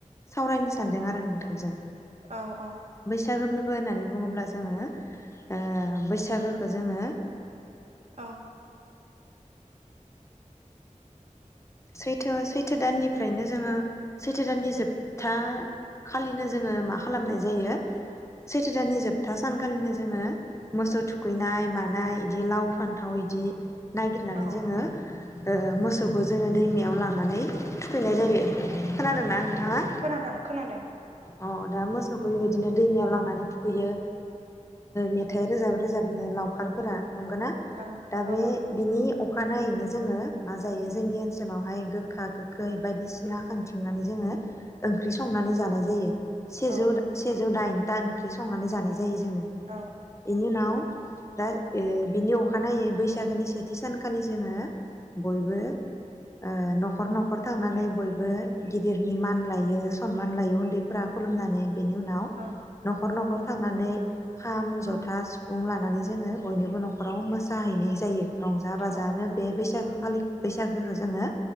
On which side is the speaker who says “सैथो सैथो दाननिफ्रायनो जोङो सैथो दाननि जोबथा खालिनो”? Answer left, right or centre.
Left